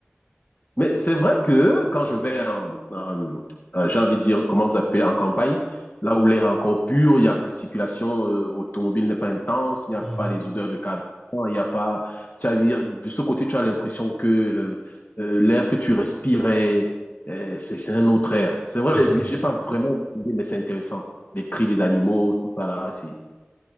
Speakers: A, on the left; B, in the centre.
A: Mais c'est vrai que quand je vais en, en- en- j'ai envie de dire, comment vous appelez, en campagne, là où l'air est encore pur, il y a la circulation euh, automobile n'est pas intense, il n'y a
B: mhm.
A: pas les odeurs de carburant, il n'y a pas, c'est à dire, de ce côté, tu as l'impression que le- euh, l'air que tu respirais, euh, c'est c'est un autre air. C'est vrai,
B: Eh oui.
A: mais j'ai pas vraiment étudié, mais c'est intéressant. Les cris des animaux, tout ça là, c'est,